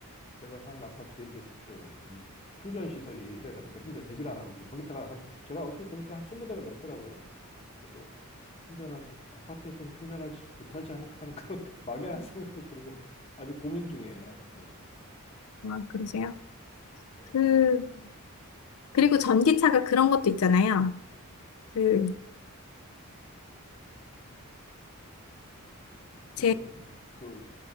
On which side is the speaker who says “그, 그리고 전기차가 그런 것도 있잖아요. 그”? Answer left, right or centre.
Left